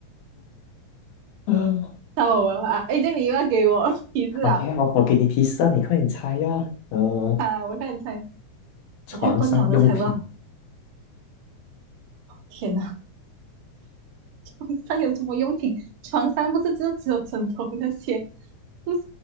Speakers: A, on the left; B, on the right.
A: 嗯
B: 太我玩啊！哎，这样你又要给我 <laughs> 提示啊！
A: ，OK，我我给你提示啊，你快点猜呀、呃，
B: 啊，我看你猜，
A: 床上用品。
B: 我太笨了，我都猜不到。天哪，床上有什么用品？床上不是就只有枕头那些？<laughs> 不是